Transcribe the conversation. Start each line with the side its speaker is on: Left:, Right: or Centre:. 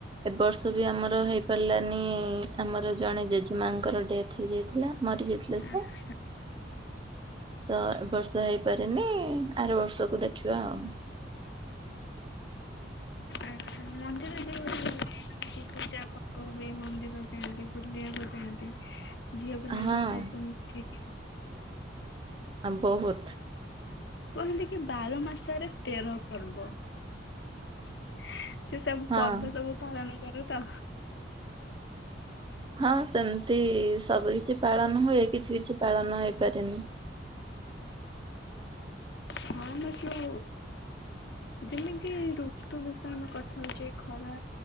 Right: ଏ ବର୍ଷ ବି ଆମର ହେଇପାରିଲାନି ଆମର ଜଣେ ଜେଜେମାଙ୍କର ଡେଥ୍ ହେଇଯାଇଥିଲା। ମରି ଯାଇଥିଲେ ସେ
Left: ଆଚ୍ଛା
Right: ତ ଏ ବର୍ଷ ହେଇପାରିନି ଆର ବର୍ଷକୁ ଦେଖିବା ଆଉ।
Left: ଆଚ୍ଛା ମନ୍ଦିର ଯିବ <unintelligible> ତି ପୂଜାପର୍ବ ହୁଏ ମନ୍ଦିର ଯାଆନ୍ତି, ବୁଲିଆକୁ ଯାଆନ୍ତି। ଝିଅ ପିଲାଙ୍କ
Right: ହଁ
Left: ସହିତ ମିସି
Right: ଆଁ ବୋହୁତ୍
Left: କୁହନ୍ତି କି ବାର ମାସରେ ତେର ପର୍ବ। ସେ ସବୁ
Right: ହଁ
Left: ପର୍ବ ସବୁ ପାଳନ କର ତ?
Right: ହଁ ସେମତି ସବୁ କିଛି ପାଳନ ହୁଏ, କିଛି କିଛି ପାଳନ ହେଇପାରେନି।
Left: ହଁ ମ ଯୋଉ ଯେମିତି ଋତୁ ବିଷୟ କଥା ହଉଚେ, ଖରା